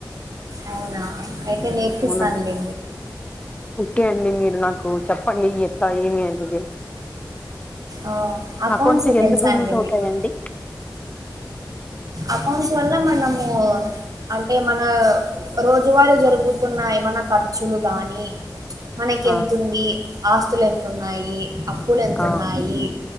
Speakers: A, on the right (about 55°); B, on the left (about 20°).
A: అవునా అయితే నేర్పిస్తానులేండి
B: అవునండి ఓకే అండి మీరు నాకు చెప్పండి ఈ ఎత్త ఏమి అనేది
A: ఆహ్,
B: అకౌంట్స్
A: తెలుసా
B: ఎందుకు
A: అండి
B: యూజ్ అవుతాయిండి
A: మీకు? అమౌంట్ వల్మ్మా నము అంటే మన రోజువారు జరుగుతున్న ఏమనా ఖర్చులు గాని మనకి
B: ఆ
A: ఎతు ఉంది ఆస్తులు ఎంతన్నాయి అప్పులు ఎంత
B: ఆ
A: ఉన్నాయి